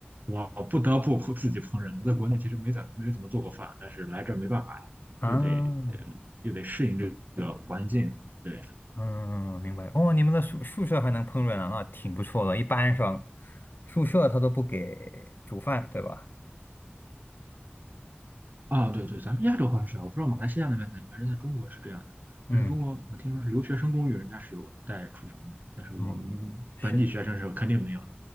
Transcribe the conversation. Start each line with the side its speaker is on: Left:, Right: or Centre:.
Right: 我不得不自自己烹饪。我在国内其实没怎没怎么做过饭，但是来这儿没办法，
Left: 啊，
Right: 又得呃又得适应这个环境。对。
Left: 嗯，嗯明白。哦，你们的宿宿舍还能烹饪啊，那挺不错的。一般上宿舍他都不给煮饭，对吧？
Right: 啊，对对，咱们亚洲好像是啊我不知道马来西亚那边怎样反正在中国是这样的。但是中国我听说是留学生公寓，
Left: 嗯
Right: 人家是有带厨房的，但是我们
Left: 嗯，是的，
Right: 本地学生是肯定没有的。